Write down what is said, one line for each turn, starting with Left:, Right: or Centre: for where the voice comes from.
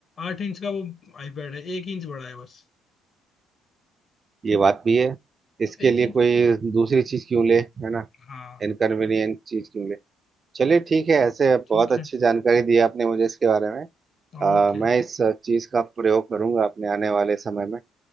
Left: आठ इंच का वो आईपैड है एक इंच बड़ा है बस
Right: ये
Left: ठीक
Right: बात
Left: है
Right: भी है इसके
Left: तो एक
Right: लिए
Left: इंच
Right: कोई
Left: के लिए
Right: दूसरी चीज क्यों ले है ना
Left: हाँ
Right: इनकन्वीनियंट चीज क्यों ले चलिए ठीक है ऐसे
Left: ठीक
Right: बहुत अच्छी
Left: है
Right: जानकारी दी आपने मुझे इसके बारे में आ,
Left: ओके
Right: मैं इस चीज का प्रयोग करूंगा अपने आने वाले समय में